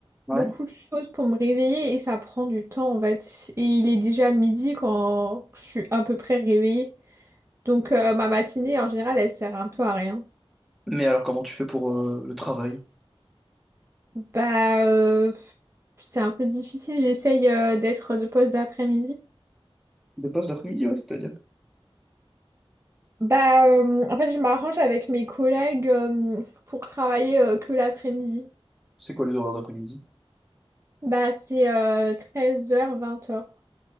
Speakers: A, in the centre; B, on the right.
A: Ouais.
B: beaucoup de choses pour me réveiller et ça prend du temps, en fait. Et il est déjà midi quand je suis à peu près réveillée. Donc euh, ma matinée, en général, elle sert un peu à rien.
A: Mais alors, comment tu fais pour euh, le travail?
B: Bah, euh, c'est un peu difficile. J'essaye euh, d'être de poste d'après-midi.
A: Des postes d'après-midi, ouais, c'est-à-dire.
B: Bah, euh, en fait, je m'arrange avec mes collègues euh, pour travailler euh, que l'après-midi.
A: C'est quoi les horaires d'après-midi?
B: Bah, c'est euh, treize heures vingt heures.